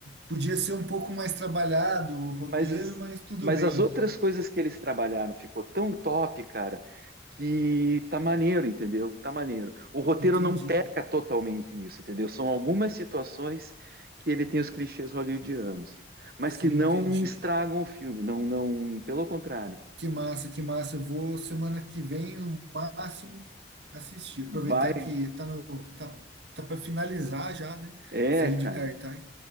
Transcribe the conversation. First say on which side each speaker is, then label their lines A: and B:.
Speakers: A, on the right; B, on the right.
A: podia ser um pouco mais trabalhado o roteiro,
B: Mas as,
A: mas tudo
B: mas
A: bem,
B: as outras
A: né?
B: coisas que eles trabalharam ficou tão top, cara, que tá maneiro, entendeu? Tá maneiro. O roteiro
A: Entendi.
B: não peca totalmente nisso, entendeu? São algumas situações que ele tem os clichês hollywoodianos, mas
A: Sim,
B: que não
A: entendi.
B: estragam o filme, não, não, pelo contrário.
A: Que massa, que massa. Eu vou semana que vem, no máximo, assistir. Aproveitar
B: Vai,
A: que tá no tá, tá para finalizar já, né?
B: é,
A: Sair
B: cara.
A: de cartaz.